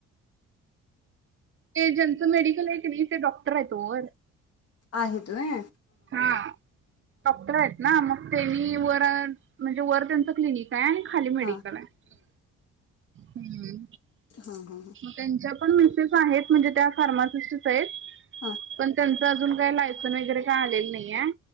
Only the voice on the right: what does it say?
ते ज्यांचं मेडिकल आहे क नाही ते डॉक्टर आहे तो.
हा डॉक्टर आहेत ना मग त्यांनी, वर म्हणजे वर त्यांचं क्लिनिक. आहे आणि खाली मेडिकल
आहे हूं.
त्यांच्या पण मिसेस आहेत, म्हणजे त्या फार्मासिस्ट आहेत
पण त्यां अजून काही लायसन वगैरे काय आलेलं नाहीय.